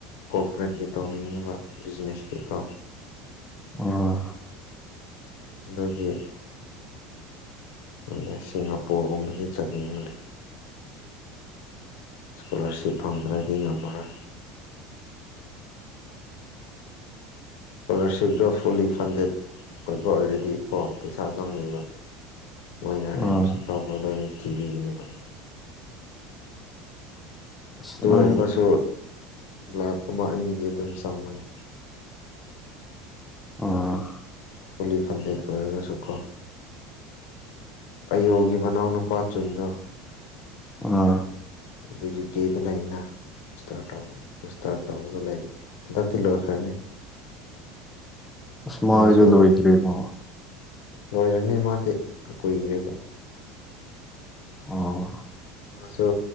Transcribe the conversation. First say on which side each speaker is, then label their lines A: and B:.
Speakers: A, on the left; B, on the left.
A: ꯀꯣꯔꯄꯔꯦꯠꯀꯤ ꯇꯧꯅꯤꯡꯉꯤꯕ ꯕꯤꯖꯤꯅꯦꯁꯀꯤꯀꯣ
B: ꯑꯣ
A: ꯑꯗꯒꯤ ꯑꯗ ꯁꯤꯡꯒꯥꯄꯨꯔꯒꯨꯝꯕꯗꯤ ꯆꯠꯅꯤꯡꯕꯅꯦ ꯏꯁ꯭ꯀꯣꯂꯥꯔꯁꯤꯞ ꯐꯪꯗ꯭ꯔꯗꯤ ꯉꯝꯃꯔꯣꯏ ꯏꯁꯀꯣꯂꯥꯔꯁꯤꯞꯇꯣ ꯐꯨꯜꯂꯤ ꯐꯟꯗꯦꯠ ꯑꯣꯏꯕ ꯑꯣꯏꯔꯗꯤꯀꯣ ꯄꯩꯁꯥ ꯆꯪꯅꯤꯕ ꯃꯣꯏꯅ
B: ꯑꯥ
A: ꯔꯦꯟꯐꯤ ꯐꯥꯎꯕ ꯂꯣꯏꯅ ꯊꯤꯕꯤꯒꯅꯦꯕ
B: ꯑꯁ
A: ꯑꯗꯨ ꯑꯣꯏꯔꯒꯁꯨ
B: ꯅꯪ
A: ꯂꯥꯛ ꯑꯃ ꯑꯅꯤꯗꯤ ꯑꯗꯨꯝ ꯆꯪꯕꯅꯤ
B: ꯑꯣ
A: ꯄꯨꯂꯤ ꯐꯟꯗꯦꯠ ꯑꯣꯏꯔꯒꯁꯨ ꯀꯣ ꯑꯌꯣꯒꯤ ꯃꯅꯥꯎꯅ ꯅꯨꯄꯥ ꯆꯨꯟꯗꯣ
B: ꯑ
A: ꯑ ꯌꯨꯀꯦꯗ ꯂꯩꯅ ꯃꯥꯁꯇꯥꯔ ꯇꯧꯔꯒ ꯂꯩꯔꯦꯍꯟꯗꯛꯇꯤ ꯂꯣꯏꯈ꯭ꯔꯅꯤ
B: ꯎꯁꯃꯥ
A: ꯃꯥꯁꯨ
B: ꯂꯣꯢꯗꯔꯤꯕꯣ
A: ꯂꯣꯏꯔꯅꯤ ꯃꯥꯗꯤ ꯀꯨꯏꯈ꯭ꯔꯦꯕ
B: ꯑꯣ
A: ꯃꯥꯁꯨ